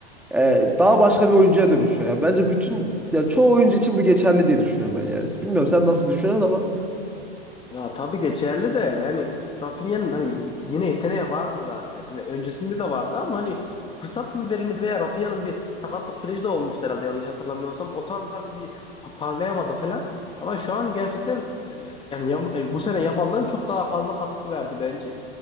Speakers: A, in the centre; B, on the left (about 15°).
A: e, daha başka bir oyuncuya dönüşüyor. Yani bence bütün yani çoğu oyuncu için bu geçerli diye düşünüyorum ben yani. Bilmiyorum sen nasıl düşünüyorsun ama
B: Ya tabii geçerli de yani Rafinha'nın hani yine yeteneği vardı zaten. Hani öncesinde de vardı ama hani fırsat mı verilmedi veya Rafinha'nın bir sakatlık süreci de olmuştu herhalde yanlış hatırlamıyorsam. O tarzdan bir pa- parlayamadı falan. Ama şu an gerçekten e, yani Yam- e, bu sene Yamal'dan çok daha fazla katkı verdi bence.